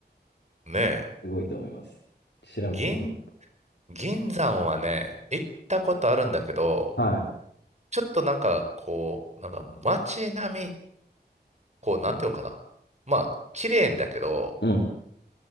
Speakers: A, on the right; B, on the left.
A: ね
B: すごいと思います。調べたことない。
A: え。銀、銀山はね、行ったことあるんだけど、
B: はい。
A: ちょっとなんか、こう、なんか街並み、こう、なんていうのかな。まあ、綺麗んだけど、
B: うん。